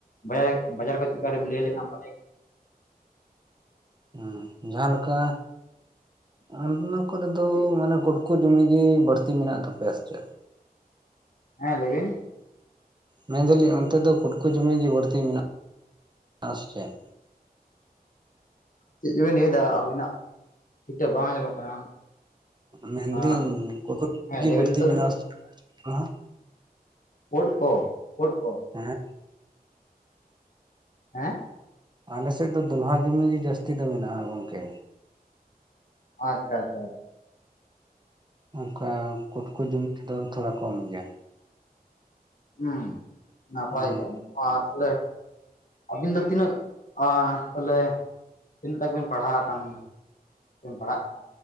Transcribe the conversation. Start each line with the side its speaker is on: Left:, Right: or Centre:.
Left: ᱵᱟᱡ ᱵᱟᱡᱟᱨ ᱠᱚ ᱪᱮᱜᱠᱟ ᱠᱟᱴᱤᱢ ᱞᱟᱹᱭ ᱞᱮ ᱠᱷᱟᱱ ᱵᱷᱟᱞᱮ
Right: ᱩᱸ ᱡᱟᱦᱟᱸ ᱞᱮᱠᱟ ᱚᱱᱟ ᱠᱚᱨᱮ ᱫᱚ
Left: ᱠᱚᱜᱼᱟ?
Right: ᱢᱟᱱᱮ ᱜᱳᱰ ᱠᱩ ᱫᱚᱢᱮ ᱜᱮ ᱵᱟᱹᱲᱛᱤ ᱢᱮᱱᱟᱜ ᱛᱟᱯᱮᱭᱟ ᱥᱮ ᱪᱮᱫ?
Left: ᱦᱮᱸ ᱞᱟᱹᱭᱵᱤᱱ᱾
Right: ᱢᱮᱱ ᱫᱟᱞᱤᱧ ᱚᱱᱛᱮ ᱫᱚ ᱠᱩᱴᱠᱩ ᱡᱚᱢᱤ ᱜᱮ ᱵᱟᱹᱲᱛᱤ ᱢᱮᱱᱟᱜᱼᱟ ᱥᱮ ᱪᱮᱫ?
Left: ᱪᱮᱫ ᱪᱚᱵᱤᱱ ᱞᱟᱹᱭᱮᱫᱟ ᱟᱵᱤᱱᱟᱜ ᱴᱷᱤᱠ ᱴᱷᱟᱠ ᱵᱟᱝ ᱟᱸᱡᱚᱢᱚᱜ ᱠᱟᱱᱟ᱾
Right: ᱢᱮᱱᱫᱤᱹᱧ
Left: ᱟᱸ
Right: <unintelligible>
Left: ᱦᱮᱸ
Right: ᱜᱮ
Left: ᱞᱟᱹᱭ
Right: ᱵᱟᱹᱲᱛᱤ
Left: ᱵᱤᱱ ᱱᱤᱛᱚᱜ
Right: ᱢᱮᱱᱟᱜᱼᱟ ᱦᱟᱸᱜ?
Left: ᱠᱳᱰ ᱠᱚ ᱠᱳᱰ ᱠᱚ
Right: ᱦᱮᱸ
Left: ᱦᱮᱸ
Right: ᱟᱞᱮ ᱥᱮᱫ ᱫᱚᱞᱦᱟ ᱡᱩᱢᱤ ᱜᱮ ᱡᱟᱹᱥᱛᱤ ᱫᱚ ᱢᱮᱱᱟᱜᱼᱟ ᱜᱚᱝᱠᱮ
Left: ᱟᱪᱪᱷᱟ ᱟᱪᱪᱷᱟ ᱟᱪᱪᱷᱟ
Right: ᱚᱱᱠᱟ ᱠᱩᱴᱠᱚ ᱡᱩᱢᱤ ᱠᱚᱫᱚ ᱛᱷᱚᱲᱟ ᱠᱚᱢ ᱜᱮᱭᱟ
Left: ᱦᱩᱸ ᱱᱟᱯᱟᱭ
Right: ᱫᱚᱞᱦᱟ
Left: ᱜᱮ ᱢᱟ ᱛᱟᱦᱞᱮ ᱟᱹᱵᱤᱱ ᱫᱚ ᱛᱤᱱᱟᱹᱜ ᱟ <unintelligible> ᱛᱤᱱᱟᱹᱜ ᱛᱚᱠ ᱵᱤᱱ ᱯᱟᱲᱦᱟᱣ ᱟᱠᱟᱱᱟ ᱥᱮᱢ ᱯᱟᱲᱦᱟᱜ ᱠᱟᱱᱟ